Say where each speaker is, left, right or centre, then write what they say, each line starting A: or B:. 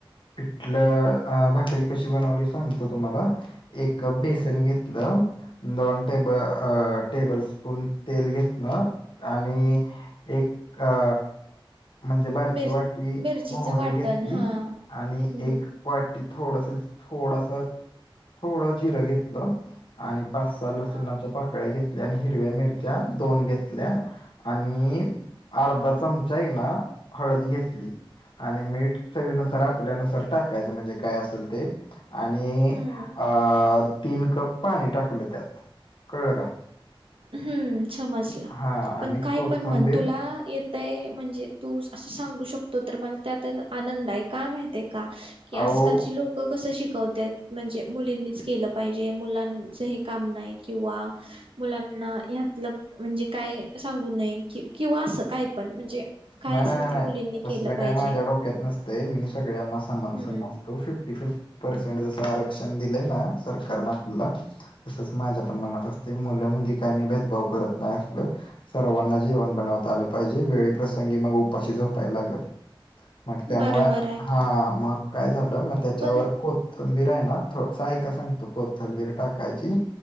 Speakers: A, on the left (about 65°); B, on the right (about 75°).
A: पिठलं भाकरी कशी बनवली, सांगतो तुम्हाला. एक कप बेसन घेतलं. दोन टेब टेबल स्पून तेल घेत ना आणि एक अ म्हणजे बारकी
B: मिर
A: वाटी
B: मिरचीचं
A: मोहरी
B: वाटण
A: घेतली
B: हा
A: आणि
B: हम्म
A: एक. वाटी थोडस थोडस थोडं जिरं घेतलं. आणि पाच सहा लसुणाच्या
B: हा
A: पाकळ्या घेतल्या आणि हिरव्या मिरच्या दोन घेतल्या. आणि अर्धा चमचा ना, हळद घेतली. आणि मीठ चवीनुसार आपल्यानुसार टाकायचं, म्हणजे काय असेल ते. आणि
B: हम्म
A: अ तीन कप पाणी टाकलं, त्यात कळलं का.
B: हम्म समजलं
A: हा
B: पण
A: आणि
B: काय
A: कोथंबीर
B: पण म्हण तुला येत. ते म्हणजे तू असं सांगू शकतो तर, मला त्यात आनंद आहे काय माहित का? ही आजकालची
A: अहो
B: लोकं कसं शिकवतायत. म्हणजे मुलींनीच केलं पाहिजे मुलांच हे काम नाही किंवा. मुलांना यातलं म्हणजे काय सांगून नाय कि किंवा असं काय पण म्हणजे काय
A: नाही
B: असेल
A: नाही नाही
B: ते
A: नाही
B: मुलींनी
A: तसलं
B: केलं पाहिजे
A: काही, माझ्या डोक्यात नसतंय मी, सगळ्यांना समान
B: हम्म
A: समज फिफ्टी फिफ्टी पर्सेंट जसं आरक्षण दिलंय ना सरकारने आपल्याला तसच माझ्या पण मनात असते, मुलं मुली काही मी, भेदभाव करत नाही असल. सर्वांना जेवण बनवता आलं पाहिजे वेले प्रसंगी मग उपाशी झोपाय लागेल. मग त्यामुळे
B: बरोबर आहे
A: हा, मग काय झालं मग, त्याच्यावर
B: पण
A: को कॊथंबीर आहे ना, थोडसय आयका सांगतो कोथिंबीर टाक काची